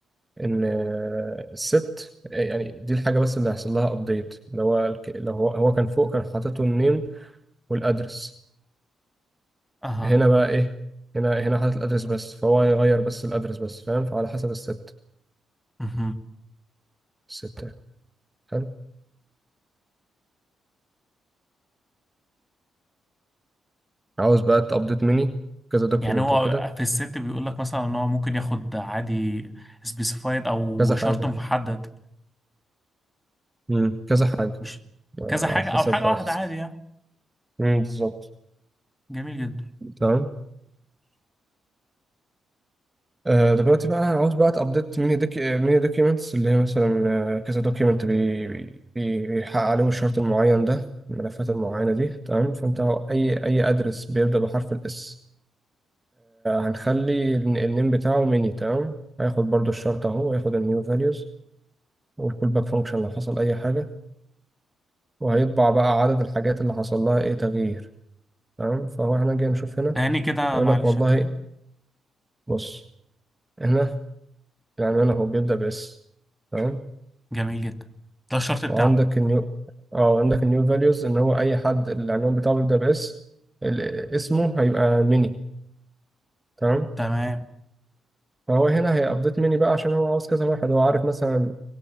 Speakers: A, on the right; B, in the centre.
A: ان آه، الست آه، يعني دي الحاجه بس اللي هيحصل لها ابديت اللي هو الك- لو هو هو كان فوق كان حاطط النيم والادرس
B: اها
A: هنا بقى ايه هنا هنا حاطط الادرس بس فهو يغير بس الادرس بس فاهم فعلى حسب الست
B: مهم.
A: الست يعني. حلو عاوز بقى تابديت مني كذا دوكيمنت
B: يعني هو
A: وكده
B: في الست بيقول لك مثلا ان هو ممكن ياخد عادي سبيسيفايد او
A: كذا
B: شرط
A: حاجه
B: محدد
A: امم كذا حاجه
B: مش
A: آه،
B: كذا حاجه
A: على
B: او
A: حسب
B: حاجه واحده
A: على حسب
B: عادي يعني
A: امم بالظبط
B: جميل جدا
A: تمام آه، دلوقتي بقى عاوز بقى تابديت ميني دوك ميني دوكيومنتس اللي هي مثلا آه، كذا دوكيومنت بي... بي... بي- بيحقق عليهم الشرط المعين ده الملفات المعينة دي تمام فانت اي اي ادرس بيبدأ بحرف الاس هنخلي ال- النيم بتاعه ميني تمام هياخد برضو الشرط اهو هياخد النيو فاليوز والكول باك فانكشن لو حصل اي حاجة وهيطبع بقى عدد الحاجات اللي حصل لها ايه تغيير تمام فهو احنا جاي نشوف هنا
B: تاني كده
A: هيقول
B: معلش
A: لك والله
B: يا كريم
A: بص هنا العنوان اهو بيبدأ باس تمام،
B: جميل جدا ده الشرط
A: وعندك
B: بتاعه
A: النيو اه عندك النيو فاليوز ان هو اي حد العنوان بتاعه بيبدأ باس ال- اسمه هيبقى ميني تمام
B: تمام
A: فهو هنا هيابديت ميني بقى عشان هو عاوز كذا واحد هو عارف مثلا